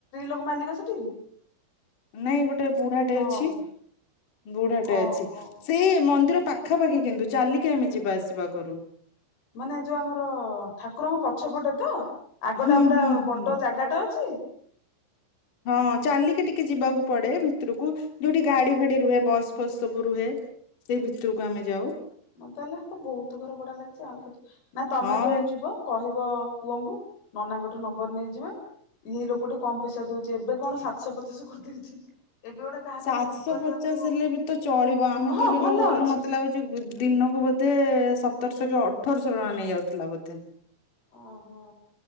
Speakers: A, on the left; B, on the left.
A: <unintelligible> ମାଲିକ ସେଠି କି?
B: ନାଇଁ ଗୋଟେ ବୁଢାଟେ
A: ନା
B: ଅଛି
A: ଅଲଗା
B: ବୁଢାଟେ
A: ଓହୋ
B: ଅଛି ସେଇ ମନ୍ଦିର ପାଖାପାଖି କିନ୍ତୁ ଚାଲିକି ଆମେ ଯିବା ଆସିବା କରୁ।
A: ମାନେ ଯୋଉ ଆମର ଠାକୁରଙ୍କ ପଛପଟେ ତ? ଆଗଟା
B: ହୁଁ
A: ପୁରା
B: ହୁଁ
A: ବଡ
B: ହୁଁ
A: ଜାଗା ଟା ଅଛି।
B: ହଁ ଚାଲିକି ଟିକେ ଯିବାକୁ ପଡେ ଭିତରକୁ ଯୋଉଠି ଗାଡି ଫାଡି ରୁହେ ବସ୍ ଫସ୍ ସବୁ ରୁହେ। ସେଇ ଭିତରକୁ ଆମେ ଯାଉ।
A: ମତେହେଲେ ବହୁତ ଘର ବଢିଆ ଲାଗୁଛି ଆଉ କିୁ ନା ତମେତେବେଳେ
B: ହଁ ଏ
A: ଯିବ କହିବ ପୁଅଙ୍କୁ ନନାଙ୍କଠୁ ନମ୍ବର ନେଇଯିବା ଏଇଇ ଲୋକଟି କମ ପଇସା ଦଉଛି ଏବେ କଣ ସାତଶହ ପଚାଶ କରିଦେଇଛି। ଏବେ ଗୋଟେ କାହା
B: ସାତଶହ
A: ପାଇଁ ବୁକ୍ କରିବାକୁ
B: ପଚାଶ ହେଲେ ବି ତ ଚଳିବ ଆମେ
A: ହଁ
B: ତ ଯୋଉ
A: ଭଲ
B: ରହୁଥିଲୁ
A: ଅଛି
B: ମତେ ଲାଗୁଛି ଦିନକୁ ବୋଧେ ସତରଶ କି ଅଠରଶହ ଟଙ୍କା ନେଇଯାଉଥିଲା ବୋଧେ।
A: ଓହୋ।